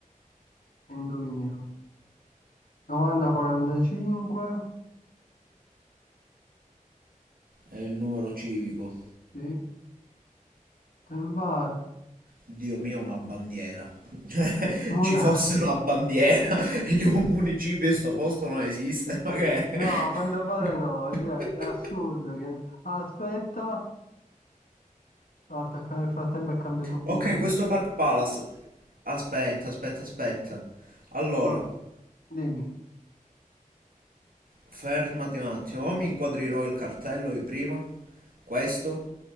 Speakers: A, on the left; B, on the right.
A: e indoviniamo. 90-45,
B: È il numero civico.
A: sì, Ten Bar.
B: Dio mio, una bandiera. Cioè,
A: Una...
B: <laughs> ci fosse una bandiera <laughs> di un municipio in sto posto non esiste, ma che è?
A: No, a quanto pare
B: <laughs>
A: no, cioè, è assurdo che... Aspetta, no, il frattempo è cambiato pure.
B: Ok, questo Park Palace. Aspetta, aspetta, aspetta. Allora,
A: Dove? Dimmi.
B: fermati un attimo. O mi inquadri di nuovo il cartello di prima. Questo.